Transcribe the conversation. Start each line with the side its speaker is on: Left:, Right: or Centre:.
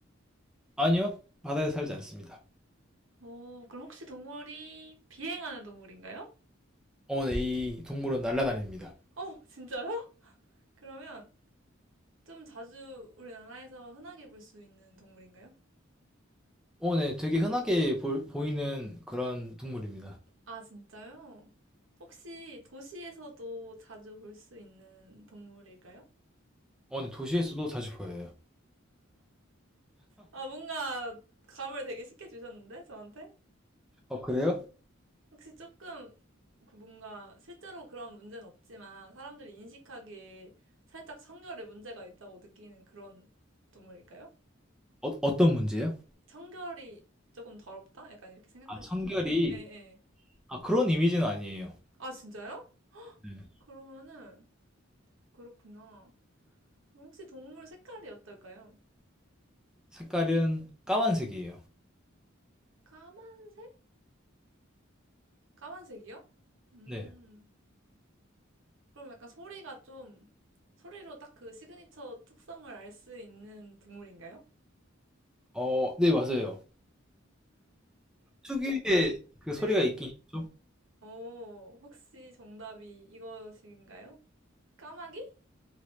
Centre: 아니요. 바다에 살지 않습니다.
Right: 오, 그럼 혹시 동물이 비행하는 동물인가요?
Centre: 어, 네, 이 동물은 날아다닙니다.
Right: 어, 진짜요? 그러면 좀 자주 우리나라에서 흔하게 볼 수 있는 동물인가요?
Centre: 어, 네, 되게 흔하게 볼- 보이는 그런 동물입니다.
Right: 아, 진짜요? 혹시 도시에서도 자주 볼 수 있는 동물일까요?
Centre: 어, 네, 도시에서도 자주 보여요.
Right: 아, 뭔가 감을 되게 쉽게 주셨는데, 저한테?
Centre: 어, 그래요?
Right: 혹시 조금 그 뭔가 실제로 그런 문제는 없지만 사람들이 인식하기에 살짝 청결에 문제가 있다고 느끼는 그런 동물일까요?
Centre: 어, 어떤 문제요?
Right: 청결이 조금 더럽다? 약간 이렇게 생각할
Centre: 아, 청결이
Right: 수, 아, 예, 예.
Centre: 아, 그런 이미지는 아니에요.
Right: 아, 진짜요?
Centre: 네.
Right: 그러면은, 그렇구나. 혹시 동물 색깔이 어떨까요?
Centre: 색깔은 까만색이에요.
Right: 까만, 까만색이요? 음,
Centre: 네.
Right: 그럼 약간 소리가 좀, 소리로 딱 그 시그니처 특성을 알 수 있는 동물인가요?
Centre: 어, 네, 맞아요. 특유의 그
Right: 네.
Centre: 소리가 있긴 있죠?
Right: 오, 혹시 정답이 이것인가요? 까마귀?